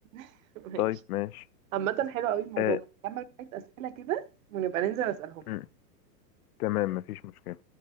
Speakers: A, on the right; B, on the left.
A: <laughs> ماشي
B: طيب ماشي
A: عامة حلو قوي الموضوع
B: آه
A: ده نعمل شوية أسئلة كده ونبقى ننزل أسألهم
B: م، تمام مفيش مشكله